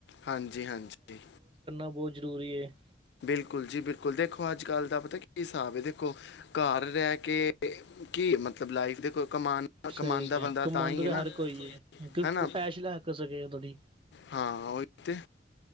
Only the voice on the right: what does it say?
ਬਹੁਤ ਜ਼ਰੂਰੀ ਹੈ
ਸਹੀ ਹੈ,
ਕਮਾਉਂਦਾ
ਤੇ
ਹਰ ਕੋਈ ਹੈ, ਕਿ
ਐਸ਼ ਲੈ ਸਕੇ ਥੋੜੀ